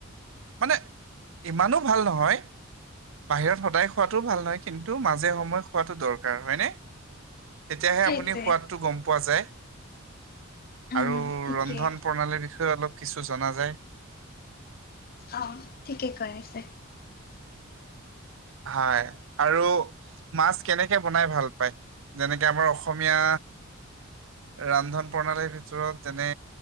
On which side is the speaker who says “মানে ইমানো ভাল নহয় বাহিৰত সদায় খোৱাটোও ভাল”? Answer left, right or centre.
Right